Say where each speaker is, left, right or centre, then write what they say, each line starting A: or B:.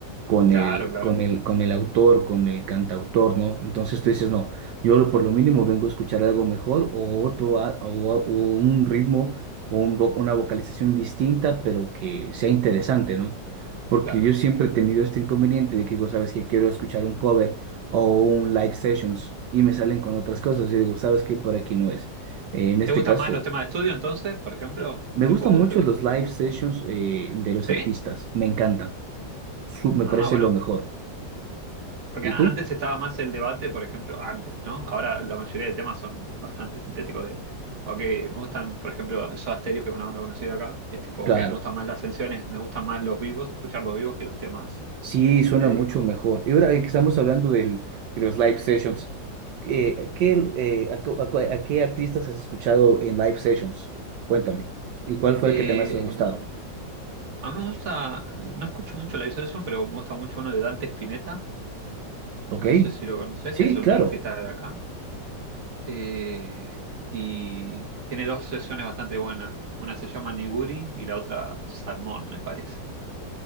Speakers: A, on the right; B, on the right.
A: con
B: Claro,
A: el,
B: claro,
A: con el, con el autor, con el cantautor, ¿no? Entonces tú dices, no, yo lo- por lo mínimo vengo a escuchar algo mejor o otro, a- o, o un ritmo o un vo- una vocalización distinta, pero que sea interesante, ¿no? Porque
B: claro,
A: yo
B: claro.
A: siempre he tenido este inconveniente de que digo, sabes que quiero escuchar un cover o un live sessions y me salen con otras cosas y digo, sabes que por aquí no es. Eh, en este
B: ¿Te gustan
A: caso.
B: más los temas de estudio entonces, por ejemplo?
A: Me
B: Tipo,
A: gustan mucho
B: ¿te gusta?
A: los live sessions eh, de los
B: ¿Sí?
A: artistas, me encantan, Su- me
B: Ah,
A: parece
B: bueno.
A: lo mejor.
B: Porque
A: ¿Y
B: antes
A: tú?
B: estaba más el debate, por ejemplo, antes, ¿no? Ahora la mayoría de temas son bastante sintéticos de, ok, me gustan, por ejemplo, Soda Stereo, que es una banda conocida acá, es tipo,
A: Claro,
B: ok, me gustan más las canciones, me gustan más los vivos, escuchar los vivos que los temas
A: sí, suena
B: de disco.
A: mucho mejor. Y ahora eh, que estamos hablando del- de los live sessions, eh, ¿qué, eh, a, cu- a cu- a qué artistas has escuchado en live sessions? Cuéntame. ¿Y cuál fue
B: Eh,
A: el que te más ha gustado?
B: a mí me gusta, no escucho mucho la Session, pero me gusta mucho uno de Dante Spinetta,
A: ¿Ok?
B: no sé si lo conoces,
A: Sí,
B: es un
A: claro.
B: artista de acá. Eh, y tiene dos sesiones bastante buenas, una se llama Niguri y la otra Salmón, me parece.